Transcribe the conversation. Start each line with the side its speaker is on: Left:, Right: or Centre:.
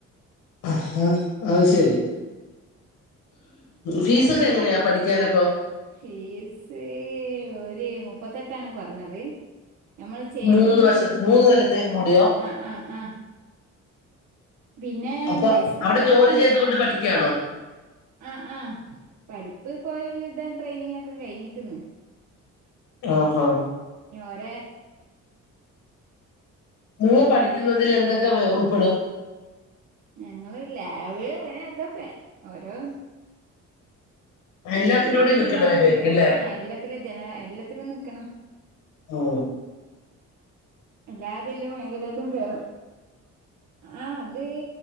Left: ആ ഹ അത് ശരി ഫീസൊക്കെ
Right: കൊഴപ്പില്ല
Left: എങ്ങനെയാ പഠിക്കാനപ്പോ
Right: ഫീസ് ഒരു മുപ്പത്തെട്ടാണ് പറഞ്ഞത് നഞമ്മൾ ചേരുമ്പോ
Left: മൂന്ന് വർഷ മൂന്ന് കൊല്ലത്തേക്കും കൂടിയോ
Right: ആ ആ ആ പിന്നെ
Left: അപ്പൊ
Right: പ്ലേസ്മെന്റ്
Left: അവിടെ
Right: അതൊക്കെ
Left: ജോലി
Right: ഉണ്ട്
Left: ചെയ്തുകൊണ്ട് പഠിക്കുകയാണോ
Right: ആ ആ പഠിപ്പ് പോലധ ട്രെയിനിങ് ഒക്കെ കഴിഞ്ഞിക്കന്ന്
Left: ആ ആ
Right: ഒര
Left: നിങ്ങൾ പഠിക്കുന്നതിൽ എന്തൊക്കെ ഉൾപ്പെടും
Right: ഞങ്ങ ലാവ് അനെ അതൊക്കെ ഓരോ
Left: എല്ലാത്തിന്റെ
Right: മെയിന
Left: കൂടി
Right: ആയിട്ടള്ളതാണ്
Left: നിക്കേണ്ടി വരുമായിരിക്കും അല്ലേ
Right: ആ എല്ലാത്തിലും ജന എല്ലാത്തിലും നക്കണം
Left: ആ
Right: എല്ലാതിലും മേഖലയിലും കേറും ആ അത്